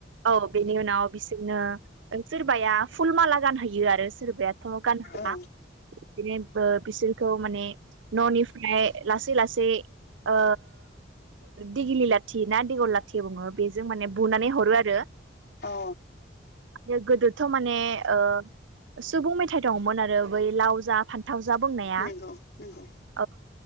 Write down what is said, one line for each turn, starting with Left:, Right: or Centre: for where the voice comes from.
Right: औ बेनि उनाव बिसोरनो सोरबाया फुल माला गानहैयो आरो सोरबायाथ' गानहोआ
Left: औ
Right: बिदिनो बिसोरखौ माने न'निफ्राय लासै लासै ओ दिगिलि लाथि ना दिगल लाथि थि बुङो बेजों माने बुनानै हरो आरो आरो
Left: औ
Right: गोदोथ' माने ओ सुबुं मेथायाइ दङमोन आरो बै लाव जा फान थावजा बुंनाया
Left: नंगौ नंगौ
Right: औ